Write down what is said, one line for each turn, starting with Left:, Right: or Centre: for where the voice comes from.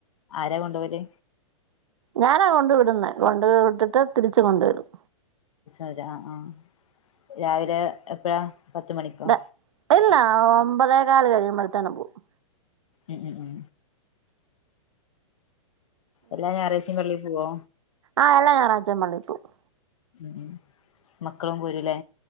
Left: ആരാ കൊണ്ടോവല്
Right: ഞാനാ കൊണ്ട് വിടുന്നെ കൊണ്ട് വിട്ടിട്ട് തിരിച്ചു കൊണ്ടരും.
Left: ആഹ് ആഹ് രാവിലെ എപ്പഴാ പത്ത് മണിക്കോ
Right: ഇത ഇല്ല ഒമ്പതേ കാല് കഴിയുമ്പഴത്തന പോവും
Left: ഉം ഉം ഉം എല്ലാം ഞായാറാഴ്ച്ചിംപള്ളി പോവോ
Right: ആഹ് എല്ലാ ഞായറാഴ്ച്ചിം പള്ളിയിൽ പോകും
Left: ഉം മക്കളും പോരുല്ലേ